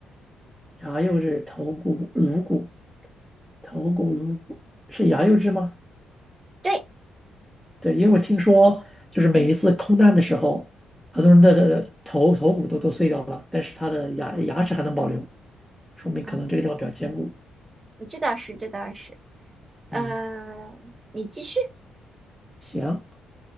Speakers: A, in the centre; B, on the right (about 30°).
A: 然后又是头骨、颅骨、头骨、颅骨，是牙釉质吗？
B: 对，
A: 对，因为我听说，就是每一次空难的时候，很多人的的头头骨都都碎掉了，但是他的牙牙齿还能保留，说明可能这个地方比较坚固。
B: 嗯，这倒是，这倒是。呃，
A: 嗯，
B: 你继续，
A: 行。